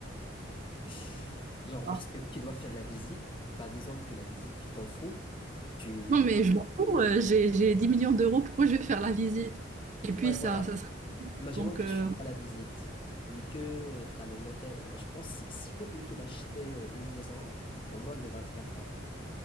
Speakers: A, on the left (about 25°); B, on the right (about 40°).
A: <laughs> Genre,
B: pas.
A: parce que tu dois faire la visite, bah disons que la visite, tu t'en fous. Tu...
B: Non, mais je m'en fous, euh, j'ai, j'ai 10 millions d'euros, pourquoi je vais faire la visite? Et puis
A: Ouais,
B: ça,
A: voilà.
B: ça serait
A: Imaginons
B: donc
A: que
B: euh,
A: tu fais pas la visite et que euh, tu as le notaire. euh, Je pense que c'est c'est compliqué d'acheter euh, une maison en moins de 24 heures.